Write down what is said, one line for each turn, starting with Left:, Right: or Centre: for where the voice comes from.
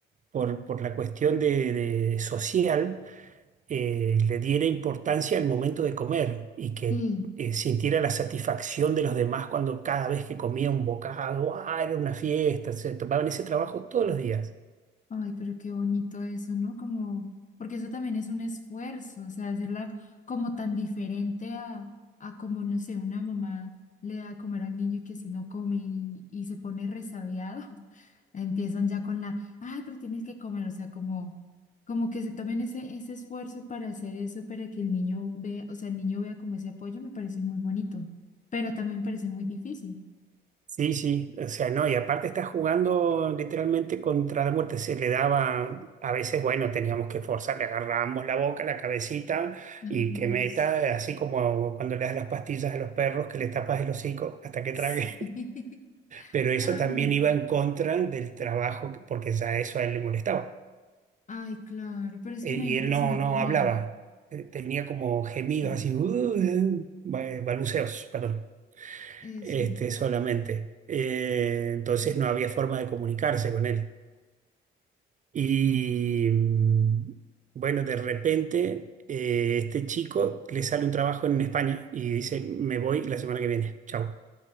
Right: por, por la cuestión de, de social, eh, le diera importancia al momento de comer y que
Left: Sí.
Right: eh, sintiera la satisfacción de los demás cuando cada vez que comía un bocado, ah, era una fiesta, se tomaban ese trabajo todos los días.
Left: Ay, pero qué bonito eso, ¿no? Como, porque eso también es un esfuerzo, o sea, hacerla como tan diferente a, a como, no sé, una mamá le da a comer al niño y que si no come y, y se pone resabiado, Empiezan ya con la, ay, pero tienes que comer, o sea, como, como que se tomen ese, ese esfuerzo para hacer eso, para que el niño vea, o sea, el niño vea como ese apoyo, me parece muy bonito, pero también me parece muy difícil.
Right: Sí, sí, o sea, no, y aparte está jugando literalmente contra la muerte, se le daba, a veces, bueno, teníamos que forzar, le agarrábamos la boca, la cabecita
Left: Ay,
Right: y que
Left: Dios.
Right: meta, así como cuando le das las pastillas a los perros, que le tapas el hocico hasta que
Left: Sí.
Right: trague.
Left: <laughs>
Right: pero eso
Left: Ay,
Right: también
Left: no.
Right: iba en contra del trabajo, porque ya eso a él le molestaba.
Left: Ay, claro, pero es
Right: E-
Left: que imagínate
Right: Y él no,
Left: si no
Right: no
Left: comiera.
Right: hablaba, Eh, tenía como gemidos
Left: Sí,
Right: así, "Uh", ba- balbuceos, perdón,
Left: eso.
Right: este, solamente. Eh, entonces no había forma de comunicarse con él. Y mm, bueno, de repente eh, este chico le sale un trabajo en España y dice, me voy la semana que viene, chao.